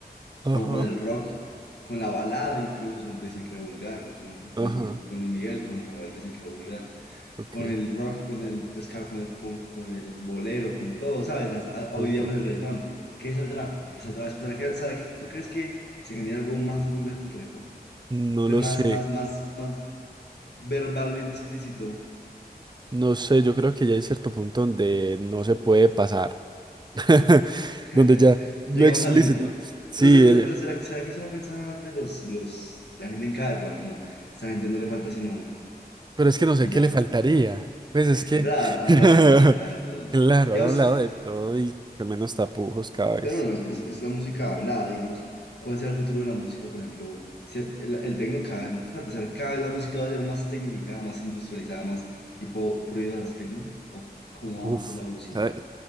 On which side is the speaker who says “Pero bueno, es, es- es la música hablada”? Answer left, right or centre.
Left